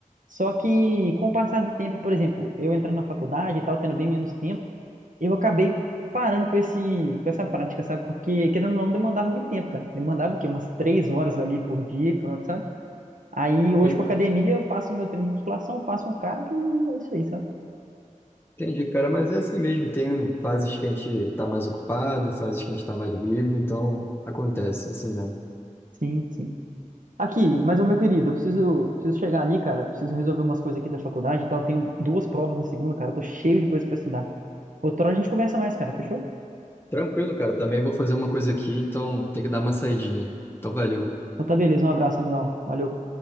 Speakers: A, on the right; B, on the left.
A: Só que com o passar do tempo, e, por exemplo, eu entrando na faculdade e tal, tendo bem menos tempo. eu acabei parando com esse, com essa prática, sabe? Porque, querendo ou não, demandava muito tempo, cara. Demandava o quê? Umas três horas ali por dia, pronto, sabe? Aí, hoje
B: Tem-
A: com a academia, eu faço meu treino de musculação, faço um cardio e é isso aí, sabe?
B: Entendi, cara, mas é assim mesmo. Tem fases que a gente tá mais ocupado, fases que a gente tá mais livre, então acontece, é assim mesmo.
A: Sim, sim. Aqui, mas, ô meu querido, eu preciso, preciso chegar ali, cara. eu Preciso resolver umas coisas aqui da faculdade e tal. Tenho duas provas na segunda, cara. eu Tô cheio de coisa pra estudar. Outra hora a gente conversa mais, cara, fechou?
B: Tranquilo, cara. Também vou fazer uma coisa aqui, então tem que dar uma saidinha. Então valeu.
A: Então tá beleza, um abraço, amigão. Valeu.